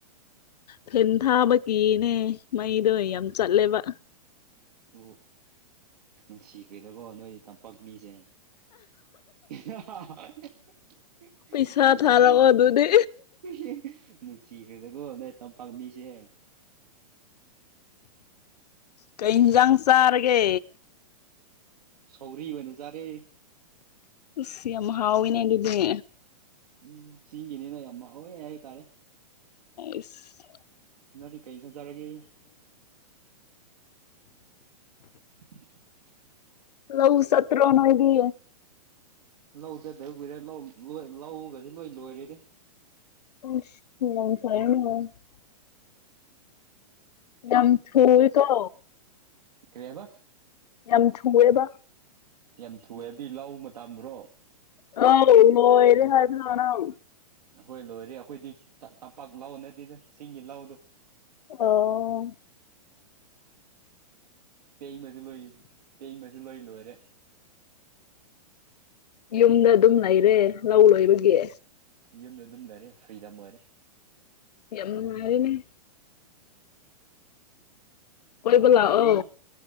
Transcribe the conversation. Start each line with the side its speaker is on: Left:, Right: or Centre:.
Left: ꯐꯦꯟ ꯊꯥꯕ ꯀꯅꯦ ꯃꯩꯗꯣ ꯌꯥꯝ ꯆꯠꯂꯦꯕ
Right: ꯑꯣ ꯅꯨꯡꯁꯤꯈ꯭ꯔꯦꯗꯀꯣ ꯅꯣꯏ ꯇꯝꯄꯥꯛ ꯃꯤꯁꯦ <unintelligible>
Left: ꯄꯩꯁꯥ ꯊꯥꯔꯛꯑꯣ ꯑꯗꯨꯗꯤ
Right: ꯅꯨꯡꯁꯤꯈ꯭ꯔꯦꯗꯀꯣ ꯅꯣꯏ ꯇꯝꯄꯥꯛ ꯃꯤꯁꯦ
Left: ꯀꯩ ꯏꯟꯖꯥꯡ ꯆꯔꯒꯦ
Right: ꯁꯧꯒꯔꯤ ꯑꯣꯏꯅ ꯆꯥꯔꯦ
Left: ꯑꯁ ꯌꯥꯝ ꯍꯥꯎꯋꯤꯅꯦ ꯑꯗꯨꯗꯤ
Right: ꯎꯝ ꯆꯤꯡꯒꯤꯅꯤꯅꯥ ꯌꯥꯝ ꯍꯥꯎꯏ ꯍꯥꯏꯇꯔꯦ
Left: ꯑꯁ
Right: ꯅꯡꯗꯤ ꯀꯩ ꯏꯟꯁꯥꯡ ꯆꯥꯔꯒꯤ <unintelligible>
Left: ꯂꯧ ꯆꯠꯇ꯭ꯔꯣ ꯅꯣꯏꯗꯤ
Right: ꯂꯧ ꯆꯗ ꯀꯨꯏꯔꯦ ꯂꯧ ꯂ ꯂꯧꯒꯁꯤ ꯂꯣꯏ ꯂꯣꯏꯔꯦꯗꯤ
Left: <unintelligible> ꯌꯥꯝ ꯊꯨꯏꯀꯣ
Right: ꯀꯔꯤꯕ
Left: <unintelligible>
Right: ꯌꯥꯝ ꯊꯨꯑꯦ ꯑꯗꯨꯗꯤ ꯂꯧ ꯃꯥꯇꯝꯔꯣ
Left: <unintelligible>
Right: ꯍꯣꯏ ꯂꯣꯏꯔꯦ ꯑꯩꯈꯣꯏꯗꯤ ꯇꯝꯄꯥꯛ ꯂꯥꯎ ꯅꯠꯇꯗ ꯆꯤꯡꯒꯤ ꯂꯍꯗꯣ
Left: ꯑꯣ
Right: ꯄꯦꯡꯕꯁꯨ ꯂꯣꯏ ꯄꯦꯡꯕꯁꯨ ꯂꯣꯏ ꯂꯣꯏꯔꯦ
Left: ꯌꯨꯝꯗ ꯑꯗꯨꯝ ꯂꯩꯔꯦ ꯂꯧ ꯂꯣꯏꯕꯒꯤ
Right: ꯌꯨꯝꯗ ꯑꯗꯨꯝ ꯂꯩꯔꯦ ꯐ꯭ꯔꯤꯗꯝ ꯑꯣꯏꯔꯦ
Left: ꯌꯥꯝ ꯅꯨꯡꯉꯥꯏꯒꯅꯤ ꯀꯣꯏꯕ
Right: ꯄꯇꯥꯥꯏꯕꯤ
Left: ꯂꯥꯛꯑꯣ